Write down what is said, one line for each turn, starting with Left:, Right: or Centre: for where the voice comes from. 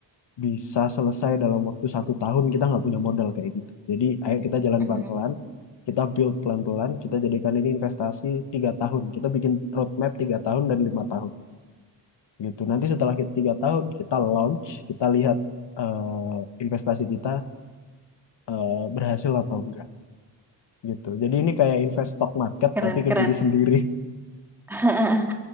Left: bisa selesai dalam waktu satu tahun kita nggak punya modal kayak gitu. Jadi ayo kita jalan pelan-pelan,
Centre: Mm.
Left: kita build pelan-pelan, kita jadikan ini investasi tiga tahun. Kita bikin roadmap tiga tahun dan lima tahun gitu. Nanti setelah kita tiga tahun kita launch, kita lihat eh, investasi kita eh, berhasil atau enggak gitu. Jadi ini kayak invest stock market
Centre: Keren,
Left: tapi ke
Centre: keren.
Left: diri sendiri. <laughs>
Centre: <laughs>